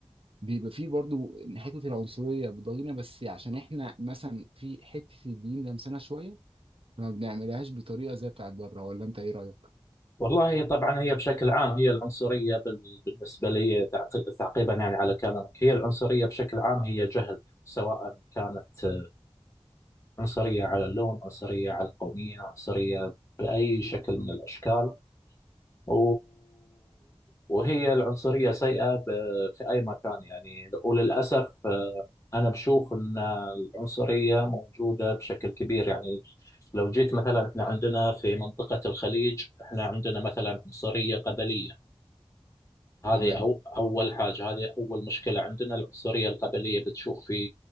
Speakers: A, on the right (about 60°); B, on the left (about 30°).
A: بيبقى فيه برضو حته العنصريه بتضايقنا بس عشان احنا مثلا في حته الدين لمسنا شويه فما بنعملهاش بطريقه زي بتاعت بره ولا انت ايه رايك؟
B: والله طبعا هي بشكل عام هي العنصرية بال- بالنسبة لي تعقي- تعقيبا يعني على كلامك هي العنصرية بشكل عام هي جهل يعني سواء كانت عنصرية على اللون عنصرية على القومية عنصرية بأي شكل من الأشكال و... وهي العنصرية سيئة ب... في أي مكان يعني وللأسف آه، أنا بشوف أن العنصرية موجودة بشكل كبير يعني لو جيت مثلا احنا عندنا في منطقة الخليج احنا عندنا مثلا عنصرية قبلية هذه
A: تمام
B: أو أول حاجة هذه أول مشكلة عندنا العنصرية القبلية بتشوف في